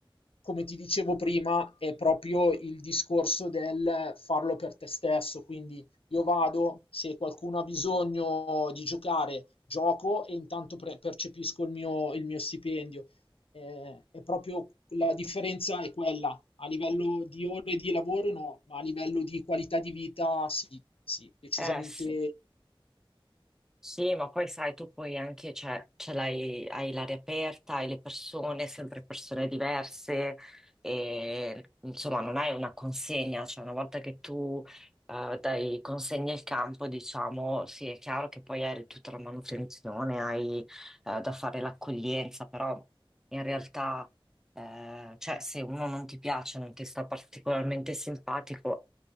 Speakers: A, on the left (about 80°); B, in the centre.
A: come ti dicevo prima, è proprio il discorso del farlo per te stesso. Quindi io vado, se qualcuno ha bisogno di giocare, gioco e intanto pre- percepisco il mio, il mio stipendio. Eh, è proprio la differenza è quella. A livello di ore di lavoro no, ma a livello di qualità di vita sì, sì, decisamente
B: Eh, sì. Sì, ma poi sai, tu poi anche cioè, ce l'hai, hai l'area aperta, hai le persone, sempre persone diverse, e insomma non hai una consegna, cioè una volta che tu eh, dai consegna il campo, diciamo, sì, è chiaro che poi hai tutta la manutenzione, hai eh, da fare l'accoglienza, però in realtà eh, cioè, se uno non ti piace, non ti sta particolarmente simpatico,